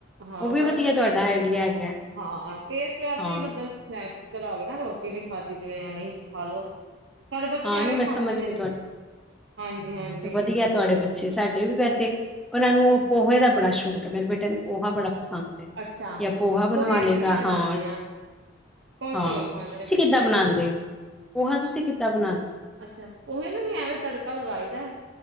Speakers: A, on the right; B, in the centre.
A: ਹਾਂ
B: ਉਹ ਵੀ
A: ਬੜਾ
B: ਵਧੀਆ
A: ਅੱਛਾ
B: ਤੁਹਾਡਾ
A: ਟੇਸਟ
B: ਆਈਡੀਆ ਹੈਗਾ
A: ਹਾਂ ਟੇਸਟ ਵੈਸੇ
B: ਹਾਂ
A: ਮਤਲਬ <unintelligible> ਰ ਆਵੇ ਨਾ ਰੋਟੀ ਨੀ ਖਾਧੀ ਜਿਵੇਂ ਐਵੇਂ ਈ ਖਾ ਲੋ ਸਾਡੇ ਬੱਚੇ
B: ਹਾਂ
A: ਐਵੇਂ
B: ਨੀ ਮੈਂ
A: ਖਾਂਦੇ
B: ਸਮਝ
A: ਨੇ
B: ਗੀ ਤੁਹਾਡੀ
A: ਹਾਂਜੀ ਹਾਂਜੀ
B: ਵਧੀਆ ਤੁਹਾਡੇ ਬੱਚੇ ਬਚੇ ਸਾਡੇ ਵੀ ਵੈਸੇ ਉਹਨਾਂ ਨੂੰ ਪੋਹੇ ਦਾ ਬੜਾ ਸ਼ੌਕ ਹੈ ਮੇਰੇ ਬੇਟੇ ਨੂੰ ਪੋਹਾ ਬੜਾ ਪਸੰਦ ਹੈ
A: ਅੱਛਾ
B: ਜਾਂ ਪੋਹਾ ਬਣਵਾ
A: ਪੋਹੇ
B: ਲਏਗਾ
A: ਅਸੀਂ ਵੀ ਬਣਾਉਂਦੇ
B: ਹਾਂ
A: ਖੁਸ਼
B: ਹਾਂ
A: ਹੋ ਕੇ ਖਾਂਦੇ
B: ਤੁਸੀਂ
A: ਨੇ ਬੱਚੇ
B: ਕਿੱਦਾਂ ਬਣਾਉਂਦੇ ਹੋ ਪੋਹਾ ਤੁਸੀਂ ਕਿ ਹਾਂ
A: ਅੱਛਾ ਪੋਹੇ ਨੂੰ ਵੀ ਐਵੇਂ ਤੜਕਾ ਲਗਾਈ ਦਾ।